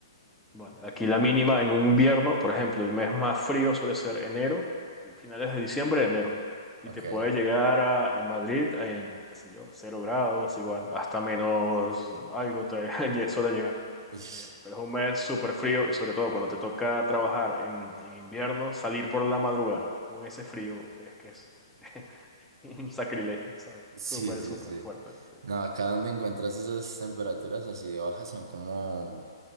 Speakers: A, in the centre; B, on the right.
A: Bueno, aquí la mínima en un invierno, por ejemplo, el mes más frío suele ser enero, finales de diciembre, enero. Y
B: Ok.
A: te
B: <laughs>
A: puede llegar a, a Madrid en, qué sé yo, cero grados, igual, hasta menos algo te <laughs> lle- suele llegar.
B: Ish.
A: Eh, pero es un mes súper frío y sobre todo cuando te toca trabajar en, en invierno, salir por la madrugada con ese frío es que es <laughs> un sacrilegio, ¿sabes?
B: Sí,
A: Súper,
B: sí,
A: súper
B: sí.
A: fuerte. Sí,
B: No, acá donde encuentras esas temperaturas así de bajas son como